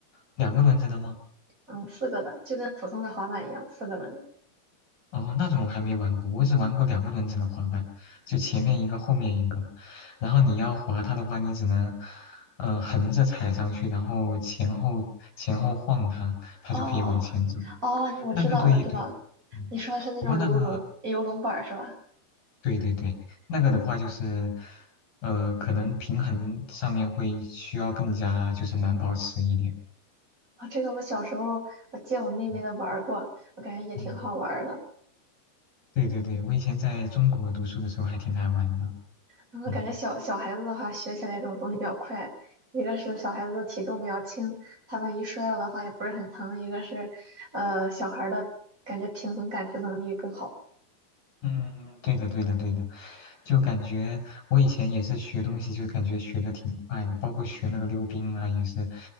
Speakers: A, on the left; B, on the right.
A: 两个轮子的吗？
B: 嗯，四个的，就跟普通的滑板一样，四个轮。
A: 哦，那种我还没玩过，我只玩过两个轮子的滑板，就前面一个，后面一个。然后你要滑它的话，你只能嗯、呃横着踩上去，然后前后前后晃它，它就可以往前走。
B: 哦，哦，你我知道，
A: 那个对对，
B: 我知道，
A: 嗯，
B: 你说的是那种游龙游龙板儿是吧？
A: 不过那个。对对对，那个的话就是，呃，可能平衡上面会需要更加就是难保持一点。
B: 啊、这个我小时候我借我妹妹的玩儿过，
A: 嗯，
B: 我感觉也挺好玩儿的。
A: 嗯对对对，我以前在中国读书的时候还挺爱玩的。
B: 嗯，我感觉小小孩子的话学起来这种东西比较快，
A: 嗯
B: 一个是小孩子的体重比较轻，他万一摔了的话也不是很疼；一个是，呃，小孩儿的感觉平衡感知能力更好。
A: 嗯，对的对的对的，就感觉我以前也是学东西，就感觉学的挺快的，包括学那个溜冰啊，也是